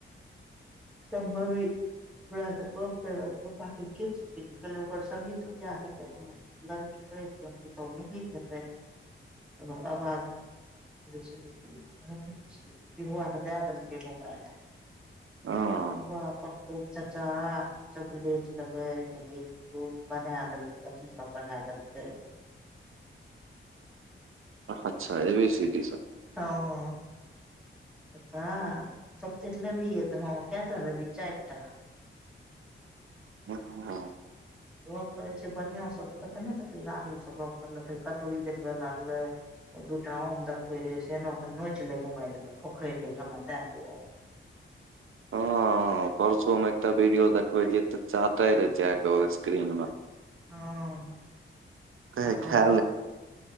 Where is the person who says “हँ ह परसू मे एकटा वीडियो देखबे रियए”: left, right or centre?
Right